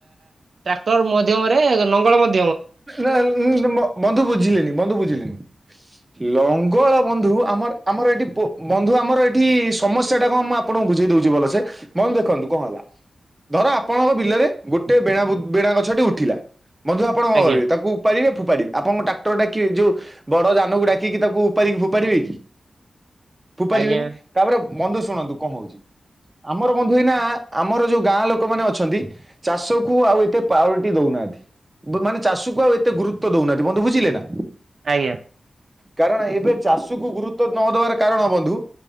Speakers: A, on the right; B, on the right.
A: ଟ୍ରାକ୍ଟର ମାଧ୍ୟରେ ନଙ୍ଗଳ ମଧ୍ୟ
B: ନା ବନ୍ଧୁ ବୁଝିଲେନି ବନ୍ଧୁ ବୁଝିଲେନି। ଲଙ୍ଗଳ ବନ୍ଧୁ ଆମର ଆମର ଏଠି ବନ୍ଧୁ ଆମର ଏଠି ସମସ୍ତ ସେଇଟା କଣ ମୁଁ ଆପଣଙ୍କୁ ବୁଝେଇ ଦଉଛି ଭଲସେ ବନ୍ଧୁ ଦେଖନ୍ତୁ କଣ ହେଲା? ଧର ଆପଣଙ୍କ ବିଲରେ ଗୋଟେ ବେଣା ବେଣା ଗଛଟି ଉଠିଲା ବନ୍ଧୁ ଆପଣ କଣ
A: ଆଜ୍ଞା
B: କରିବେ ତାକୁ? ଉପାଡ଼ିବେ ଫୋଫାଡ଼ିବେ ଆପଣଙ୍କ ଟାକ୍ଟର ଡାକିବେ ଯଉ ବଡ ଯାନକୁ ଡାକିକି ତାକୁ ଉପାଡିକି ଫୋଫାଡିବେ କି? ଫୋଫାଡିବେନି
A: ଆଜ୍ଞା
B: ତାପରେ ବନ୍ଧୁ ଶୁଣନ୍ତୁ କଣ ହଉଛି? ଆମର ବନ୍ଧୁ ଏଇନା ଆମର ଯୋଉ ଗାଁ ଲୋକ ମାନେ ଅଛନ୍ତି। ଚାଷକୁ ଆଉ ଏତେ ପାୱଟି ଦଉନାହାନ୍ତି। ମାନେ ଚାଷକୁ ଆଉ ଏତେ ଗୁରୁତ୍ୱ ଦଉନାହାନ୍ତି ବନ୍ଧୁ ବୁଝିଲେ ନା।
A: ଆଜ୍ଞା।
B: କାରଣ ଏବେ ଚାଷକୁ ଗୁରୁତ୍ଵ ନ ଦବାର କାରଣ ବନ୍ଧୁ